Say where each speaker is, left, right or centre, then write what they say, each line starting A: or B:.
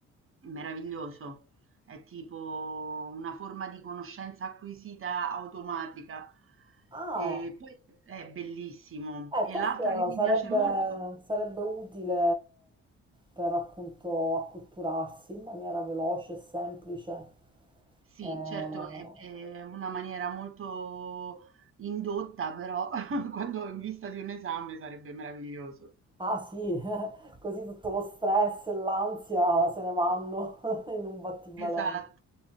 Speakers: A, on the right (about 45°); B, on the right (about 15°).
A: È meraviglioso, è tipo una forma di conoscenza acquisita automatica.
B: Ah,
A: E poi è bellissimo.
B: Eh,
A: E
B: questo
A: l'altra che mi
B: sarebbe,
A: piace molto,
B: sarebbe utile per appunto acculturarsi in maniera veloce e semplice.
A: sì,
B: Eh,
A: certo, è, è una maniera molto indotta, però <laughs> quando in vista di un esame sarebbe meraviglioso.
B: ah sì, <laughs> così tutto lo stress e l'ansia se ne vanno <laughs> in un battibaleno.
A: Esatto.